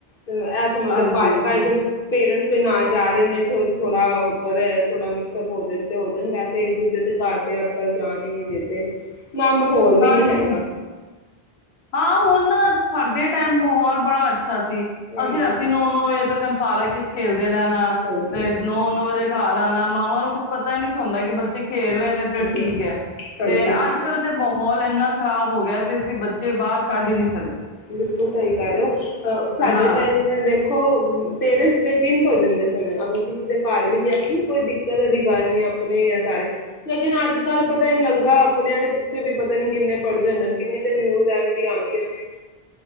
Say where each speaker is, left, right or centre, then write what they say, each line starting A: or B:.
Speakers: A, on the left; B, on the left.
A: ਇਹ ਸਮਝਦਾ
B: ਹਾਂਜੀ ਹਾਂਜੀ
A: ਪੇਰੈਂਟਸ ਦੇ ਨਾਲ ਜਾ ਰਹੇ ਨੇ। ਥੋੜਾ ਉੱਧਰ ਥੋੜਾ ਮਿਕਸਪ ਹੋ ਜਾਣ ਤੇ ਹੋ ਜਾਣ ਵੈਸੇ ਇੱਕ ਦੂਜੇ ਦੇ ਘਰ ਤੇ ਅੱਜ ਕੱਲ੍ਹ ਜਾਣ ਹੀ ਨਹੀਂ ਦਿੰਦੇ। ਨਾ ਮਾਹੌਲ ਵੀ
B: ਹਾਂਜੀ
A: ਨੀ ਹੈਗਾ।
B: ਹਾਂ ਹੁਣ ਨਾ ਸਾਡੇ ਟਾਈਮ ਮਾਹੌਲ ਬੜਾ ਅੱਛਾ ਸੀ।
A: ਹਾਂਜੀ
B: ਅਸੀਂ ਰਾਤੀ ਨੌ ਨੌ ਵਜੇ ਤੱਕ ਸਾਰਾ ਕੁਛ ਖੇ ਰਹਿਣਾ
A: ਹਾਂਜੀ
B: ਤੇ ਨੋ ਨੋ ਵਜੇ ਘਰ ਆਉਣਾ ਮਾਵਾਂ ਨੂੰ ਕੁਛ ਪਤਾ ਹੀ ਨਹੀਂ ਸੀ ਹੁੰਦਾ ਕਿ ਬੱਚੇ ਖੇਲ ਰਹੇ ਨੇ
A: ਹਾਂਜੀ
B: ਚਲ ਠੀਕ ਹੈ
A: ਹਾਂਜੀ
B: ਤੇ ਅੱਜ ਕੱਲ ਤੇ ਮਾਹੌਲ ਇੰਨਾ ਖ਼ਰਾਬ ਹੋ ਗਿਆ ਤੇ ਅਸੀਂ ਬੇ ਬੱਚੇ ਬਾਹਰ ਕੱਢ ਹੀ ਨਹੀਂ ਸਕਦੇ
A: ਬਿਲਕੁਲ ਸਹੀ ਕਰ ਰਹੇ ਹੋ ਅ ਸਾਡੇ
B: ਹਾਂ
A: ਟਾਈਮ ਦੇਖੋ ਪੇਰੈਂਟਸ ਦੇ ਚਿੰਤ ਹੋ ਜਾਂਦੇ ਸੁਣੇ ਅਗਰ ਕਿਸੇ ਦੇ ਘਰ ਵੀ ਗਿਆ ਨਾ ਕੋਈ ਦਿੱਕਤ ਵਾਲੀ ਗੱਲ ਨੀ ਆਪਣੇ ਆ ਸਾਰੇ ਲੇਕਿਨ ਅੱਜ ਕੱਲ ਪਤਾ ਹੀ ਨਹੀਂ ਲੱਗਦਾ ਆਪਣਿਆਂ ਦੇ ਇੱਥੇ ਵੀ ਪਤਾ ਨੀ ਕਿਨੇ ਪੜ੍ਹਦੇ ਹਨ ਕਿੰਨੇ ਨਿਊਜ਼ ਐਵੇਂ ਦੀਆਂ ਆਉਂਦੀਆਂ ਨੇ